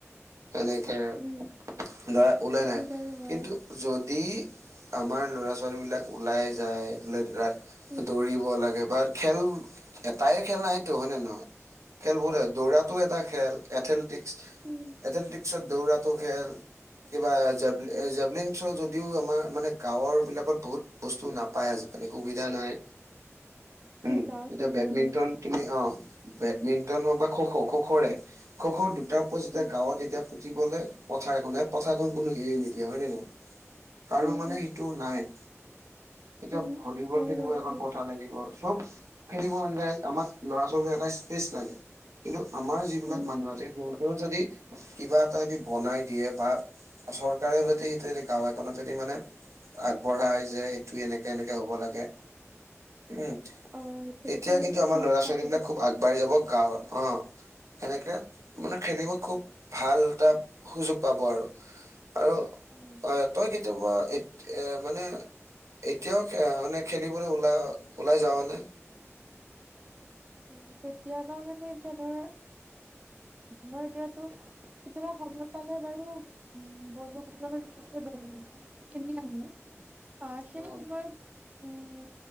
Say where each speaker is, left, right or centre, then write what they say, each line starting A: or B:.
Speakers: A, on the right; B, on the right.
A: এনেকে
B: উম
A: ল'ৰা ওলাই
B: সেইটো
A: নাহে।
B: বাৰু হয়
A: কিন্তু য দি আমাৰ ল'ৰা-ছোৱালীবিলাক ওলাই যায়, বোলে ৰাত
B: উম
A: দৌৰিব
B: উম
A: লাগে বা খেল- এটাই খেল নাইতো, হয় নে নহয়? খেল বহুত দৌৰাটো এটা খেল এথলেটিক্স
B: উম
A: এথলেটিক্সত দৌৰা টো খেল কিবা জেভলিন যদিও আমাৰ মানে গাঁওৰ বিলাকত বহুত বস্তু নাপায় আজি- কালি সুবিধা নাই উম
B: গাঁৱত
A: এতিয়া
B: সুবিধা
A: বেডমিণ্টন
B: নাই
A: তুমি অ। বেডমিন্টন হওক বা খ' খ' খ' খ'ৰে খ' খৰ দুটা যেতিয়া
B: উম
A: গাঁৱত এতিয়া ফুতিবলে পথাৰ এখন পথাৰ এখন কোনো এৰি নিদিয়া হয়ে নে নহয় কাৰো
B: উম
A: মানে
B: উম
A: সেইটো নাই। এতিয়া
B: উম,
A: ভলীবল
B: হয়
A: খেলিব
B: বাৰু
A: এখন
B: দেই।
A: পথাৰ লাগিব। চব খেলিব কাৰণে আমাক ল'ৰা ছোৱালী এটা স্পেচ লাগে। কিন্তু আমাৰ যিবিলাক
B: উম,
A: মানুহ আছে গৈ কও যদি কিবা এটা বনাই দিয়ে বা চৰকাৰেও যদি সেইটো গাঁও এখনত যদি মানে আগবঢ়া যে এইটো এনেকে এনেকে হ'ব লাগে। উম
B: অ' সেইটোয়ে
A: তেতিয়া
B: তেওঁলোকে
A: কিন্তু আমাৰ
B: চান্স
A: ল'ৰা
B: পাব
A: ছোৱালী বিলাক
B: দেচোন।
A: খুব আগবাঢ়ি যাব গাঁও অ সেনেকে মানে খেলিব খুব ভাল এটা সুযোগ পাব আৰু আৰু
B: উম,
A: অ তই কেতিয়াবা এ এ মানে এতিয়াও মানে খেলিবলৈ ওলাই ওলাই যাও নে?
B: উ কেতিয়াবা মানে এতিয়া ধৰ মই এতিয়াতো কেতিয়াবা সময় পালে বাৰু উ বন্ধু ক চকু বানি খেলি আহো। সেইটো
A: অ
B: মই‌ উম উ